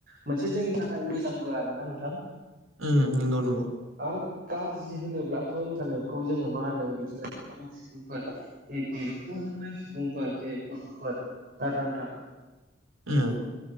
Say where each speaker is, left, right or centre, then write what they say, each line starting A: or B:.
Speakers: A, on the right; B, on the right.
A: मोनसे जोंनि थाखाय मोजांबो आरो ना नोंथां
B: औ नंगौ नोंथां उम नंगौ नंगौ
A: आरो गाज्रि होनोब्लाथ' इन्टारनेटखौ जोङो मा होनदों बिदिनो गोबां सुबुंफोर जे देरफुहांनाय सुबुंफोर जे गथ'फोर आरोना नोंथां
B: उम